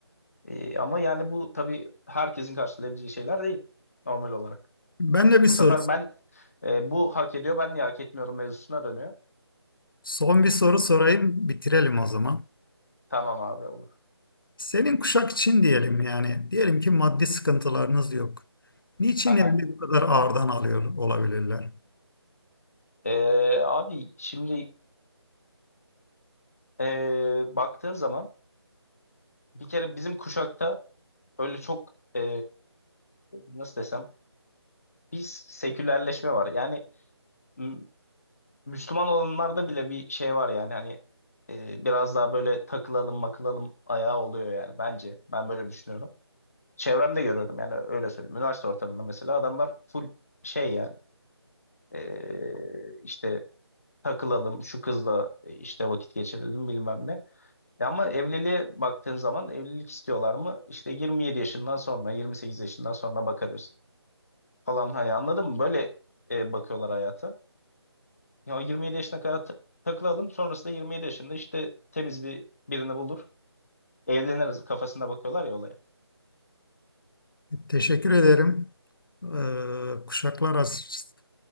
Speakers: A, in the centre; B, on the left.
A: E, ama yani bu tabii herkesin karşılayabileceği şeyler değil normal olarak.
B: Ben de bir
A: Bu
B: soru.
A: sefer ben e, bu hak ediyor ben niye hak etmiyorum mevzusuna dönüyor.
B: Son bir soru sorayım, bitirelim o zaman.
A: Tamam abi olur.
B: Senin kuşak için diyelim yani. Diyelim ki maddi sıkıntılarınız yok. Niçin
A: Aha.
B: evli bu kadar ağırdan alıyor olabilirler?
A: E, abi şimdi e, baktığın zaman bir kere bizim kuşakta öyle çok e, nasıl desem biz sekülerleşme var. Yani m, Müslüman olanlarda bile bir şey var yani hani e, biraz daha böyle takılalım makılalım ayağı oluyor yani bence ben böyle düşünüyorum. Çevremde görüyorum yani öyle söyleyeyim. Üniversite ortamında mesela adamlar full şey yani e, işte takılalım şu kızla e, işte vakit geçirelim bilmem ne. Ya ama evliliğe baktığın zaman evlilik istiyorlar mı? İşte 27 yaşından sonra 28 yaşından sonra bakarız falan hani anladın mı? Böyle e, bakıyorlar hayata. Ya o 27 yaşına kadar ta- takılalım. Sonrasında 27 yaşında işte temiz bir birini bulur. Evleniriz kafasına bakıyorlar ya olaya.
B: Teşekkür ederim. Ee, kuşaklar as-